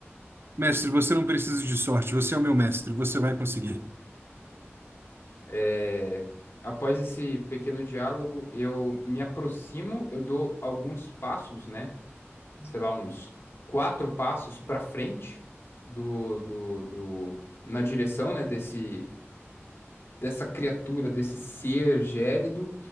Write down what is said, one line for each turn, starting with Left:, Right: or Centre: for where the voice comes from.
Right: Mestre, você não precisa de sorte, você é o meu mestre, você vai conseguir.
Left: É, após esse pequeno diálogo, eu me aproximo, eu dou alguns passos, né? sei lá, uns quatro passos para frente do, do, do, na direção, né, desse, dessa criatura, desse ser gélido,